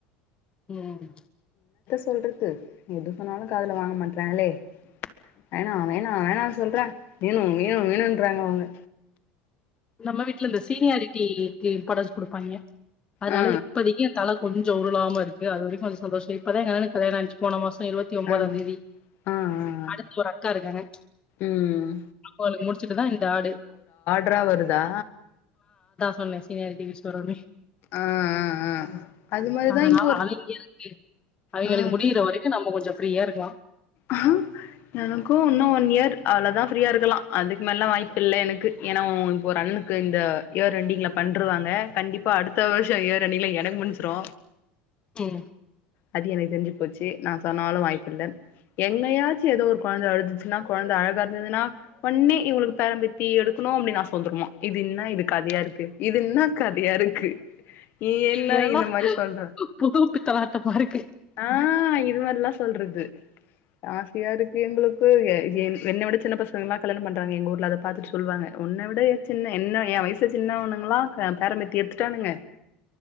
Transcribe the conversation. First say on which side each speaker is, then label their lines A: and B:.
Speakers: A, on the left (about 20°); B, on the left (about 50°).
A: ம்
B: சொல்றது எது சொன்னாலு காதுல வாங்க மாட்றாங்களே வேணா வேணா வேணா சொல்ற வேணு வேணு வேணுன்றாங்க அவுங்க
A: நம்ம வீட்ல இந்த சீனியாரிட்டீக்கு இம்பார்டன்ஸ் குடுப்பாய்ங்கெ அத்னால
B: ஆ
A: இப்பதிக்கி ஏ த கொஞ்சொ உருளாம இருக்கு அது வரைக்கு கொஞ்ச சந்தோஷொ இப்பதா எங்க அண்ணனுக்கு கல்யாணானுச்சு போன மாஸ் சொ இருவத்தி ஒம்பதாந்
B: ஆ
A: தேதி
B: ஆ ஆ
A: அடுத்து ஒரு அக்கா இருக்காங்க
B: ம்
A: அக்காளுக்கு முடிச்சிட்டுதா இந்த ஆடு
B: ட்ரா வருதா
A: சொன்ன சீனியாரிட்டி வைஸ் வருன்னு
B: ஆ ஆ ஆ அது மாரிதா
A: அதனால
B: இங்க ஒரு
A: அவிங்களுக்கு அவிங்களுக்கு
B: ஆ
A: முடியிற வரைக்கு நம்ம கொஞ்சொ ஃப்ரீயா இருக்லா
B: அஹ எனக்கு இன்னு ஒன் இயர் அவ்ளதா ஃப்ரீயா இருக்கலா அதுக்கு மேல்லா வாய்ப்பில்லே எனக்கு ஏன்னா இப்போ ஒரு அண் ணனுக்கு இந்த இயர் எண்டிங்ள பண்ருவாங்க கண்டிப்பா அடுத்த வர்ஷோ இயர் எண்டிங்ள எனக்கு முஞ்சுரு
A: ம்
B: அது எனக்கு தெரிஞ்சி போச்சி நா சொன்னாலு வாய்ப்பில்ல எங்னயாச்சி ஏதோ ஒரு கொழந்த அழுதுச்சுன்னா கொழந்த அழகா இருந்துதுன்னா ஒன்னே இவுங்களுக்கு பேரம் பேத்தி எடுக் குனு அப்டினு ஆச வந்துருமா இது இன்னா இது கதையாருக்கு இது இன்னா கதையாருக்கு நீ என்னா
A: இது எல்லா
B: இந்த மாரி சொல்ற
A: புது பித்தலாட்டமா இருக்கு
B: ஆ இது மாரில்லா சொல்றது ஆசையா இருக்கு எங்களுக்கு எ என் என்ன விட சின்ன பசங்கல்லா கல்யாணம் பண்றாங்க எங்க ஊர்ல அத பாத்துட்டு சொல்வாங்க ஒன் ன விட எ சின்ன என்ன எ வயசு சின்னவனுங்களா க பேரம்பேத்தி எட்த்துட்டானுங்க